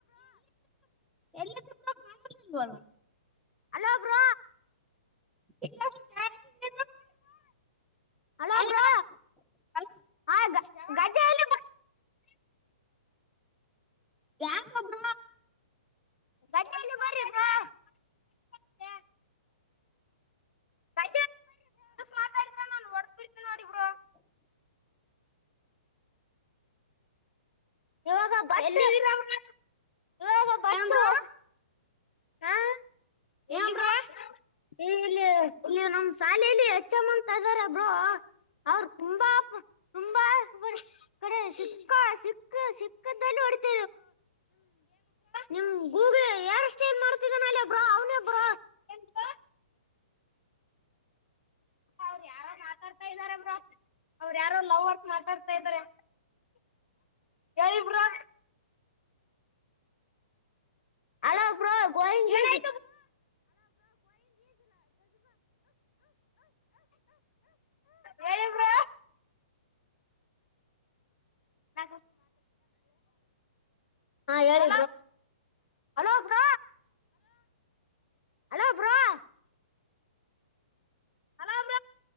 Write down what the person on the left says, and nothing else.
ಹಲೋ ಬಾ
ಹಲೋ
ಬೋ
ಹ ಗ್ದ ಬ
ಗಂ <unintelligible> ಮ ಮಾತಾಡಿದ ನಾನ ಹೊ ನೋಡಿಬ್ರ
ಇವಾಗ ಬ <unintelligible> ಹದ ಬಟ್ಟು
<unintelligible> ಹಾ ಎಲ್ಲಿವ್ರ
ಇಲ್ಲಿ ಇಲ್ಲಿ ನಮ್ ಶಾಲಲಿ ಎಚ್ಮ್ಮ ಅಂತ ಇದಾರೆ ಬ್ರೋ ಅವರು ತುಂಬಾ ತುಂಬಾ ಕಡೆ ಸಿಕ್ಕ ಸಿಕ್ಕ ಸಿಕ್ಕ ಹೊತ ನಿಮ ಗೂಲ್ ಯ <unintelligible> ಮಾಡ್ತಿದ್ದ ನಬ ಅವನಬ <unintelligible> ಅವ್ರ ಯಾರೋ ಮಾತಾಡ್ತಾ ಇದಾರೆ ಬ್ರಾ ಅವ್ರ ಯಾರೋ ಲವರ್ಸ್ ಮಾತಾಡ್ತಾ ಇದಾರೆ ಹೇಳಿ ಬ್ರಾ <unintelligible> ಹಲೋಲೋ ಗಜ ಹೇಳ ಹ ಹೇಳೋ ಹಲೋ ಬ <unintelligible> ರಾಮ